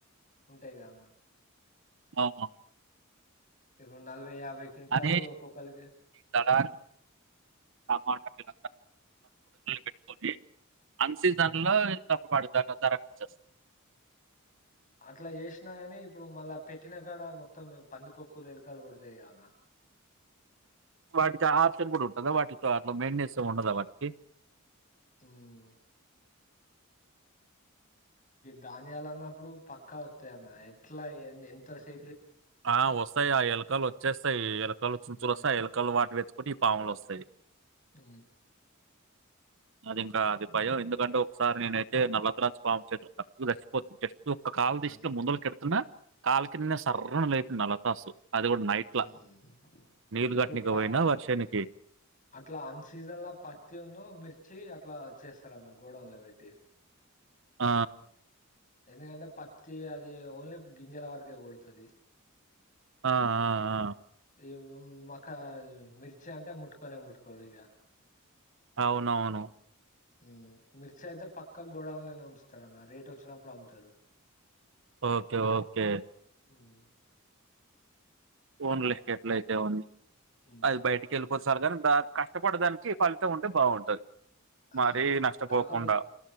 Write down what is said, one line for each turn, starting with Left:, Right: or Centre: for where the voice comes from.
Left: ఉంటాయిగా అన్నా
Right: అవును
Left: ఇప్పుడు నలభై యాభై కింటాలు
Right: అదే
Left: ఒక్కొక్కలికి
Right: దడా టమాటపిలా పెట్టుకొని అన్ సీజన్
Left: మ్మ్
Right: లో తప్పుబడు ద తరచ్చేస్తా
Left: అట్లా చేసినా నీ ఇప్పుడు మళ్ళా పెట్టిన కాడ మొత్తం పంది కొకులు ఎలకలు కొడతాయి అన్న
Right: వాటికి ఆప్షన్ కూడా ఉంటుదా వాటితో అట్లో మెయిస్ ఉండదా వాటి
Left: మ్ ధాన్యాలు అన్నప్పుడు పక్కా వతాయ అన్న ఎట్లా ఎంత సే
Right: ఆ వస్తాయి ఆ ఎలకాలు వచ్చేస్తాయి ఎలకాలు చుచూలు
Left: మ్మ్
Right: వస్తాయి ఎలకాయలు వాటి వెతుకుంటే ఈ పాములు వస్తాయి
Left: అ
Right: అది ఇంకా అది భయం ఎందుకంటే ఒకసారి నేనైతే నల్లకరాజు స్వామక్షేత్రంచిపోచ్చ ఒక్క కాలు
Left: మ్మ్
Right: తీసుకు ముందలు కెడుతున్నా కాళ్ కి నిన్న సర్ర లేపోంది అలతాసు అది కూడా నైట్ల
Left: మ్మ్
Right: నీళ్లు
Left: ఇప్పుడు
Right: గట్క
Left: ప
Right: పోయినా వర్షానికి
Left: అట్లా అన్ సీజన్ ల పత్తిన్న మిర్చి అట్లా చేస్తారన్న గోడవలు పెట్టి
Right: ఆ
Left: ఎందుకంటే పత్తి అది ఓన్లీ గింజల వరకే కొడుతది.
Right: ఆ ఆ ఆ
Left: ఈ ముం మక్క మిర్చి అంటే ముట్టుకొనే ముట్టుకోరు ఇక
Right: అవునవును
Left: మ్ మిర్చి అయితే పక్కా గోడవనే ఉంచుతార అన్న రేటు వచ్చినప్పుడు అమ్ముతారు
Right: ఓకే ఓకే
Left: అవును
Right: ఓన్లే ఎట్ల అయితే ఉంది
Left: మ్మ్
Right: అది బయటికి వెళ్ళిపోచ్చారు కానీ ద కష్టపడదానికి ఫలితం ఉంటే బావుంటది.
Left: కా
Right: మరీ నష్టపోకుండా.
Left: కాకబత్